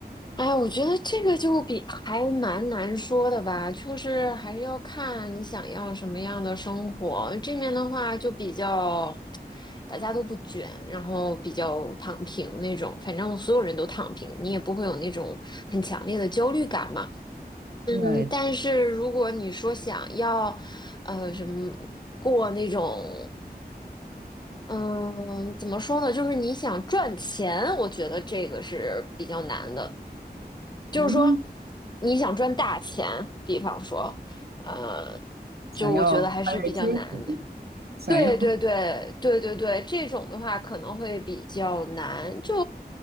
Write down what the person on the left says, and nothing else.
哎呀我觉得这个就比还蛮难说的吧，就是还是要看你想要什么样的生活。这面的话就比较，大家都不卷，然后比较躺平那种，反正所有人都躺平，你也不会有那种很强烈的焦虑感嘛。嗯，
但是如果你说想要，呃，什么过那种。嗯，怎么说呢？就是你想赚钱，我觉得这个是比较难的。就是说，
你想赚大钱，比方说，呃，
就我觉得还是比较难的。
对对对对对对，
这种的话可能会比较难。就，